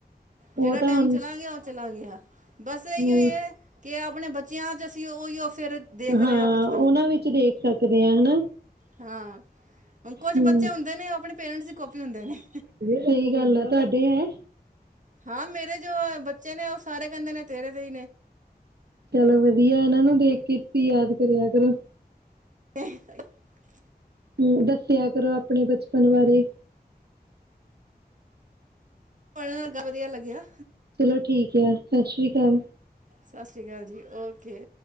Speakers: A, on the right; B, on the right.
A: ਉਹ
B: ਜਿਹੜਾ
A: ਤਾਂ
B: ਟਾਈਮ
A: ਹੁਣ
B: ਚਲਾ ਗਿਆ ਉਹ ਚਲਾ ਗਿਆ ਬਸ ਇਹੀਓ
A: ਹੋਰ
B: ਹੀ ਹੈ ਕਿ ਆਪਣੇ ਬੱਚਿਆਂ ਚ ਅਸੀਂ ਉਹੀਓ ਫਿਰ ਦੇਖ ਰਹੇ
A: ਹਾਂ
B: ਆ ਬਚਪਨ
A: ਉਹਨਾਂ ਵਿੱਚ ਦੇਖ ਸਕਦੇ ਆ ਹਨਾ
B: ਹਾਂ ਕੁਛ
A: ਹਮ
B: ਬੱਚੇ ਹੁੰਦੇ ਨੇ ਉਹ ਆਪਣੇ ਪੇਰੈਂਟਸ ਦੀ ਕਾਪੀ ਹੁੰਦੇ ਨੇ
A: ਸਹੀ ਗੱਲ ਆ ਤੁਹਾਡੇ ਹੈ
B: ਹਾਂ ਮੇਰੇ ਜੋ ਬੱਚੇ ਨੇ ਉਹ ਸਾਰੇ ਕਹਿੰਦੇ ਨੇ ਤੇਰੇ ਤੇ ਹੀ ਨੇ
A: ਚਲੋ ਵਧੀਆ ਇਹਨਾਂ ਨੂੰ ਦੇਖ ਕੇ ਯਾਦ ਕਰਿਆ ਕਰੋ
B: <unintelligible>
A: ਹੂੰ ਦੱਸਿਆ ਕਰੋ ਆਪਣੇ ਬਚਪਨ ਬਾਰੇ
B: ਪੜ੍ਹਨ ਲੱਗਾ ਵਧੀਆ ਲੱਗਿਆ
A: ਚਲੋ ਠੀਕ ਆ ਸਤਿ ਸ੍ਰੀ ਅਕਾਲ।
B: ਸਤਿ ਸ੍ਰੀ ਅਕਾਲ ਜੀ ਓਕੇ।